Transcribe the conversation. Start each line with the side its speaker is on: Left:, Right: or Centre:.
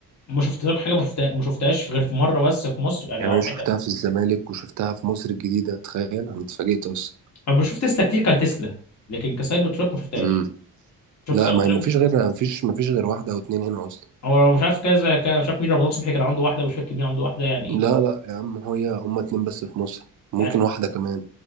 Left: ما شفت لك حاجه ما شفتها ما شفتهاش غير في مره بس في مصر انا
Right: يعني
Left: او
Right: انا
Left: حتى
Right: شفتها في الزمالك وشفتها في مصر الجديده تخيل انا اتفاجئت اصلا
Left: انا بشوف تسلا كتير كتسلا لكن كسايبر تراك ما شفتهاش
Right: امم
Left: شفت
Right: لا
Left: سايبر
Right: ما
Left: تراك
Right: هي ما فيش
Left: دي
Right: غير ما فيش ما فيش غير واحده او اتنين هنا اصلا
Left: هو مش عارف كذا كان- مش عارف مين رمضان صبحي كان عنده واحده ومش فاكر مين عنده واحده يعني
Right: لا لا يا عم هي هما اتنين بس في مصر ممكن
Left: يعني
Right: واحده كمان